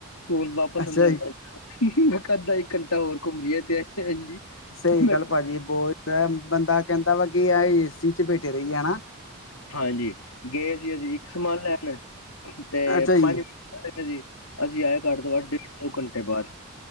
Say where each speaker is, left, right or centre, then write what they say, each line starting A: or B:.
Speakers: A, on the left (about 85°); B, on the left (about 60°).
A: ਤੂੰ ਵਾਪਸ
B: ਅੱਛਾ
A: ਅੰਦਰ
B: ਜੀ
A: ਮੈਂ ਕਰਦਾ ਇੱਕ ਘੰਟਾ ਹੋਰ ਘੁੰਮ ਲਈਏ, ਤੇ ਹਾਂਜੀ
B: ਸਹੀ
A: ਮੈਂ
B: ਗੱਲ ਭਾਜੀ ਬਹੁਤ ਬੰਦਾ ਕਹਿੰਦਾ ਵਾ ਕਿ, ਆਹ ਏਸੀ 'ਚ ਬੈਠੇ ਰਹੀਏ, ਹੈਨਾ।
A: ਹਾਂਜੀ, ਗਏ ਸੀ ਅਸੀਂ ਇੱਕ ਸਮਾਨ ਲੈਣ, ਤੇ
B: ਅੱਛਾ ਜੀ
A: ਪੰਜ ਜੀ ਅਸੀਂ ਆਏ ਘਰ, ਤੋਂ ਬਾਅਦ ਡੇਢ ਦੋ ਘੰਟੇ ਬਾਅਦ